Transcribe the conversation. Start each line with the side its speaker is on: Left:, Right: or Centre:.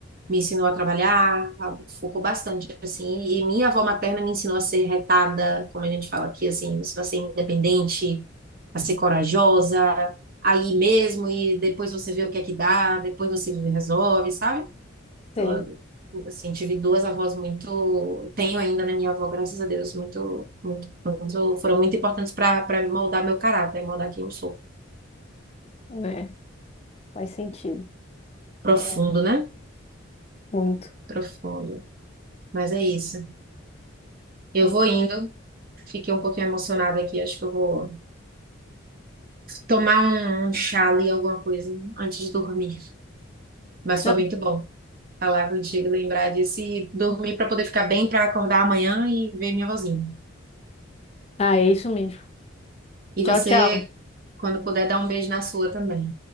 Right: me ensinou a trabalhar, a- focou bastante, assim, e minha avó materna me ensinou a ser retada, como a gente fala aqui, assim, me ensinou a ser independente, a ser corajosa, aí mesmo, e depois você vê o que é que dá, depois você resolve, sabe?
Left: Sei,
Right: Ela, assim, tive duas avós muito, tenho ainda na minha avó, graças a Deus, muito, muito, muito, foram muito importantes para para moldar meu caráter, moldar quem eu sou.
Left: né? Faz sentido.
Right: Profundo,
Left: é
Right: né?
Left: Muito.
Right: Profundo. Mas é isso. Eu
Left: É.
Right: vou indo. Fiquei um pouquinho emocionada aqui. Acho que eu vou Tomar um um chá ali, alguma coisa, antes de dormir. Mas
Left: Então,
Right: foi muito bom falar contigo, lembrar disso e dormir para poder ficar bem, para acordar amanhã e ver minha vozinha.
Left: ah, é isso mesmo.
Right: E
Left: Tchau,
Right: você,
Left: tchau.
Right: quando puder, dá um beijo na sua também.